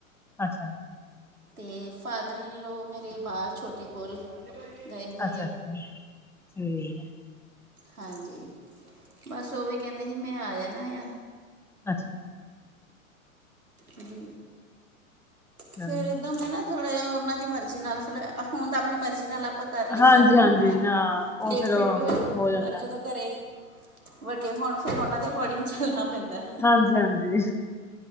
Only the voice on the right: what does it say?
ਤੇ, ਫਾਦਰ ਈਨ ਲੋ ਮੇਰੇ ਬਾਹਰ ਛੋਟੇ ਫੂਲ, ਗਏ ਹੋਏ
ਆ।
ਹਾਂਜੀ, ਬਸ ਉਹ ਵੀ ਕਹਿੰਦੇ ਹੀ, ਮੈਂ ਆਇਆ ਨਾ ਯਾ।
ਹੂੰ
ਫੇਰ ਏਦਾਂ ਹੁੰਦਾ ਨਾ ਥੋੜ੍ਹਾ ਜਾ, ਉਹਨਾਂ ਦੀ ਮਰਜ਼ੀ ਨਾਲ ਥੋੜਾ ਹੁਣ ਤਾਂ ਆਪਣੀ ਮਰਜ਼ੀ ਨਾਲ ਆਪਾਂ ਕਰ ਲਈਦਾ
ਹਨਾ ਟਾਈਮ,
ਲੇਟ-ਫੇਟ
ਵੀ ਹੋਜੇ,
ਪਰ ਜਦੋ ਘਰੇ ਵੱਡੇ ਹੋਣ, ਫਿਰ ਉਹਨਾਂ ਦੇ ਅਕੋਰਡਿੰਗ ਚੱਲਣਾ ਪੈਂਦਾ।